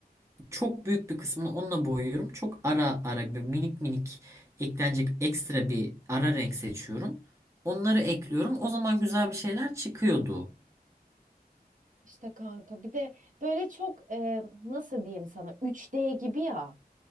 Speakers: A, on the right; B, on the right.
A: Çok büyük bir kısmını onunla boyuyorum. Çok ara ara bir minik minik eklenecek ekstra bir ara renk seçiyorum. Onları ekliyorum. O zaman güzel bir şeyler çıkıyordu.
B: İşte kanka bir de böyle çok e, nasıl diyeyim sana üç d gibi ya.